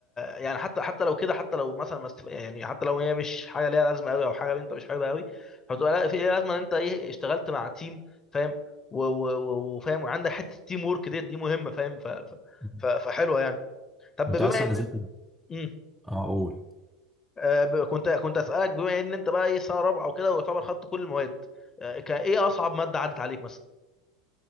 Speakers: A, on the left (about 25°); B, in the centre.
A: يعني حتى حتى لو كده حتى لو مثلا ما است- يعني حتى لو هي مش حاجه ليها لازمه قوي او حاجه انت مش حاببها قوي هتبقى لا في ليها لازمه ان انت ايه اشتغلت مع تيم فاهم و- و- و- وفاهم وعندك حته التيم ورك ديت دي مهمه فاهم ف ف
B: مم.
A: ف- فحلوه يعني طب
B: انت
A: بما
B: اصلا
A: ان
B: نزلت
A: انت مم.
B: اه قول
A: آه، ب- كنت كنت اسالك بما ان انت بقى ايه سنه رابعه وكده ويعتبر خدت كل المواد آه، كان ايه اصعب ماده عدت عليك مثلا